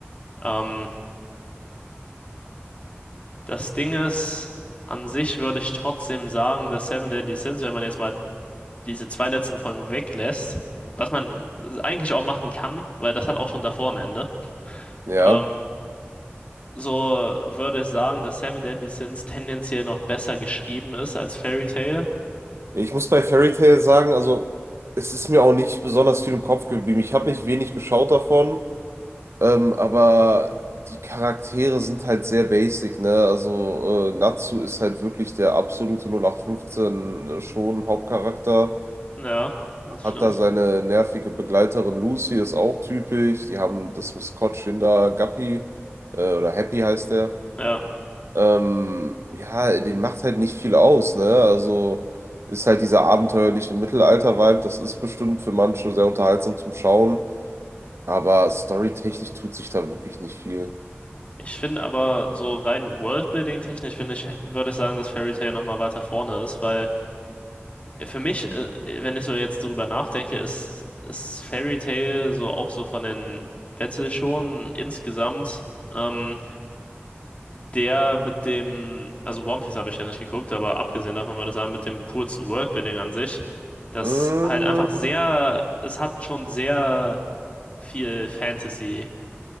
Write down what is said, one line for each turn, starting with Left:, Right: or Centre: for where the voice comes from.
Left: Ähm, das Ding ist, an sich würde ich trotzdem sagen, dass Seven Deadly Sins, wenn man jetzt mal diese zwei letzten Folgen weglässt, was man eigentlich auch machen kann, weil das hat auch schon davor ein Ende.
Right: Ja.
Left: Ähm, so würde ich sagen, dass Seven Deadly Sins tendenziell noch besser geschrieben ist als Fairy Tail.
Right: Ich muss bei Fairy Tail sagen, also es ist mir auch nicht besonders viel im Kopf geblieben. Ich habe nicht wenig geschaut davon. Ähm, aber die Charaktere sind halt sehr basic, ne? Also äh, Natsu ist halt wirklich der absolute null acht fünfzehn schon Hauptcharakter.
Left: Ja, das
Right: Hat
Left: stimmt.
Right: da seine nervige Begleiterin Lucy, ist auch typisch. Die haben das Maskottchen da, Guppy, äh, oder Happy heißt der.
Left: Ja.
Right: Ähm, ja, den macht halt nicht viel aus, ne? Also ist halt dieser abenteuerliche Mittelalter-Vibe, das ist bestimmt für manche sehr unterhaltsam zum Schauen, aber storytechnisch tut sich da wirklich nicht viel.
Left: Ich finde aber so rein Worldbuilding-technisch finde ich, würde ich sagen, dass Fairy Tail nochmal weiter vorne ist, weil für mich, äh, wenn ich so jetzt drüber nachdenke, ist, ist Fairy Tail so auch so von den Battle schon insgesamt ähm, der mit dem, also One Piece habe ich ja nicht geguckt, aber abgesehen davon würde ich sagen, mit dem kurzen Worldbuilding an sich, das
Right: Mm,
Left: halt einfach sehr, es hat schon sehr viel Fantasy-Elemente.